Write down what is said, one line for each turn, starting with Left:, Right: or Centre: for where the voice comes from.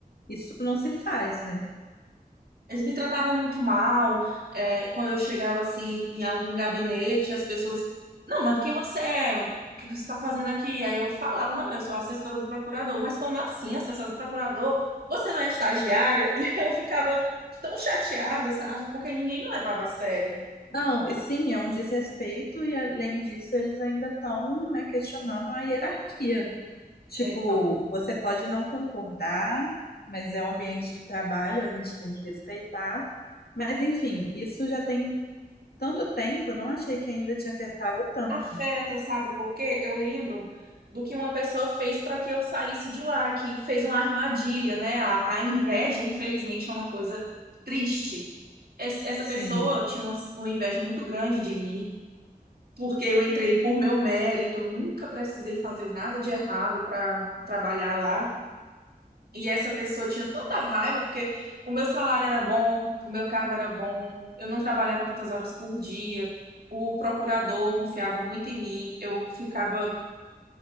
Left: isso não se faz, né?
Right: Eles me tratavam muito mal. é, quando eu chegava assim em algum gabinete, as pessoas, não, mas quem você é? O que você está fazendo aqui? Aí eu falava, não, eu sou assessora do procurador. Mas como assim, assessora do procurador? Você não é estagiária? <laughs> E eu ficava tão chateada, sabe? Porque ninguém me levava a sério.
Left: Não, e sim, é um desrespeito, e além disso, eles ainda estão, né, questionando a hierarquia. Tipo,
Right: Exato.
Left: você pode não concordar, mas é um ambiente de trabalho, a gente tem que respeitar. Mas, enfim, isso já tem tanto tempo, eu não achei que ainda te afetava tanto.
Right: Afeta, sabe? Porque eu lembro do que uma pessoa fez para que eu saísse de lá, que fez uma armadilha, né? A, a inveja, infelizmente, é uma coisa triste es- essa
Left: Sim,
Right: pessoa tinha uma, uma inveja muito grande de mim, porque eu entrei por meu mérito, eu nunca precisei fazer nada de errado para trabalhar lá. E essa pessoa tinha tanta raiva, porque o meu salário era bom, o meu cargo era bom, eu não trabalhava tantas horas por dia. O procurador confiava muito em mim, eu ficava